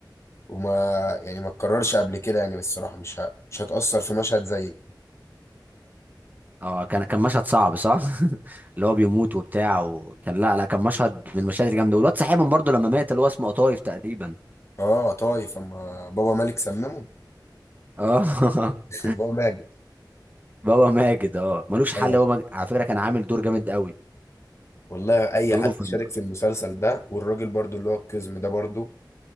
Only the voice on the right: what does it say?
اه كان كان مشهد صعب صح <laughs> اللي هو بيموت وبتاع وكان لا لا كان مشهد من المشاهد الجامده والواد صاحبهم برضه لما مات اللي هو اسمه قطايف تقريبا
اه <laughs>
بابا ماجد اه ملوش حل
هو مج... على فكره كان عامل دور جامد قوي
دوره
في
الم-